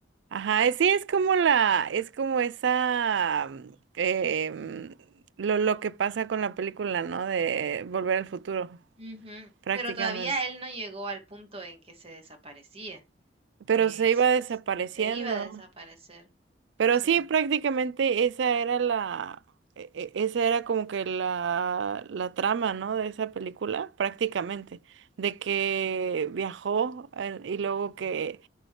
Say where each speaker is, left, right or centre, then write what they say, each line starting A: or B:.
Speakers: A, on the right; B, on the right.
A: Ajá, eh, sí, es como la, es como esa, mm, em, lo, lo que pasa con la película, ¿no? De Volver al Futuro,
B: Ujú,
A: prácticamente.
B: Pero todavía él no llegó al punto en que se desaparecía.
A: Pero
B: Es-
A: se iba desapareciendo.
B: se iba a desaparecer.
A: Pero
B: Sí,
A: sí, prácticamente esa era la, e- e- esa era como que la, la trama, ¿no? De esa película, prácticamente, de que viajó eh, y luego que,